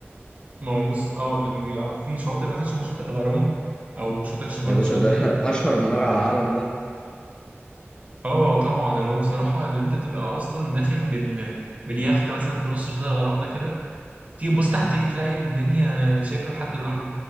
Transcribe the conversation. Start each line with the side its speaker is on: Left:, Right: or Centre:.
Right: ما هو بص اه ال- في شاطئ مثلا شبه شاطئ الغرام او شاطئ شبه
Left: يا باشا
Right: شاطئ
Left: ده <laughs> اشهر من نار على
Right: العجيب
Left: العالم ده
Right: اه طبعا اللي هو بصراحة اللي انت تبقى اصلا داخل بال باليخت مثلا في نص شاطئ الغرام ده كده تيجي تبص تحتيك تلاقي الدنيا شايفة لحد الأرض